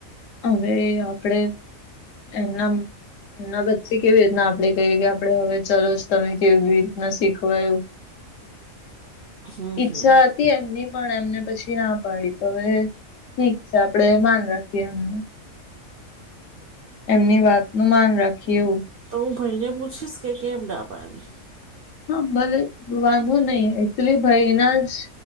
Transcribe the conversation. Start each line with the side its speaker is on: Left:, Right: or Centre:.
Left: હવે આપડે એમના એમના વચ્ચે કેવી રીતના આપડે કહીએ કે આપડે હવે ચાલ તમે કેવી રીતના શીખવાયું
Right: હમ
Left: ઈચ્છા
Right: હમ
Left: એમની પણ એમને પછી ના પાડી તો હવે ઠીક છે આપડે માન રાખીએ એમનું એમની
Right: હમ
Left: વાત નું માન રાખીએ એવુ
Right: તો હું ભાઈને પૂછીશ કે કેમ ના પાડી
Left: હા ભલે વાંધો નહી એકચુલી ભાઈના જ